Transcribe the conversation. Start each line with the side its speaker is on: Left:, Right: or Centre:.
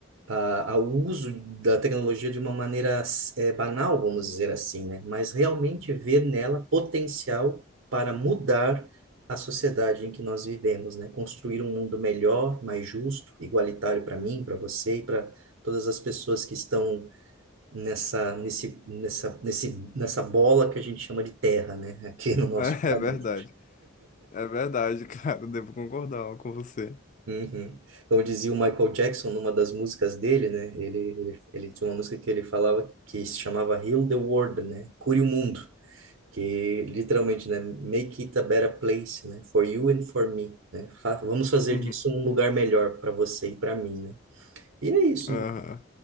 Right: a- ao uso da tecnologia de uma maneira eh, banal, vamos dizer assim, né? Mas realmente ver nela potencial para mudar a sociedade em que nós vivemos, né? Construir um mundo melhor, mais justo, igualitário para mim, para você e para todas as pessoas que estão nessa, nesse, nessa, nesse, nessa bola que a gente chama de terra, né? Aqui no nosso
Left: É
Right: planeta.
Left: é verdade. É verdade, <laughs> cara. Devo concordar com você.
Right: Uhum. Como dizia o Michael Jackson numa das músicas dele, né? Ele, ele, ele tinha uma música que ele falava que se chamava Heal the World, né? Cure o mundo, que literalmente, né? Make it a better place, né? For you and for me, né? Fa- Vamos fazer
Left: Uhum.
Right: disso um lugar melhor para você e para mim, né? E é isso.
Left: Aham.